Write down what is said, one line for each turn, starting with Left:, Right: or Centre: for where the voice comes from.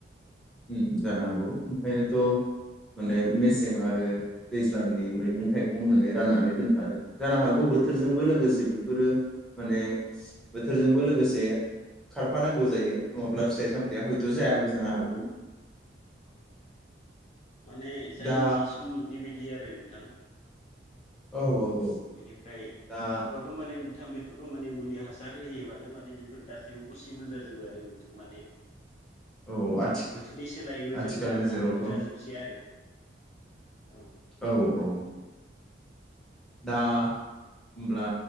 Centre: जानो हागौ ओंखायनोथ'
Left: औ
Centre: माने मेसें आरो दैज्लांनि मैगं थाइगं होननानै राननानै दोनखादों जानो हागौ बोथ बोथोरजोंबो
Left: औ नोंथां
Centre: लोगोसे बेफोरो माने बोथोरजोंबो लोगोसे खारफानांगौ जायो नङाब्ला फिथाइ सामथाया हयथ जायाबो जानो हागौ
Left: औ नोंथां माने जायनि
Centre: दा
Left: जि समनि बेबायदि बिदि आरो नोंथां
Centre: औ औ औ
Left: बेनिफ्राय
Centre: दा
Left: होमबाबो माने नोंथां बे बेफोरखौ माने मुलि हासार होयोबानो माने बेफोर गासैबो पसिबोल जाजोबो आरो नोंथां माने
Centre: औ आथि
Left: बोथोरनि सोलायैबो
Centre: आथिखाल
Left: जों दानिया
Centre: नोजोरावथ'
Left: मोनजाजोबसै आरो औ
Centre: औ औ दा होमब्ला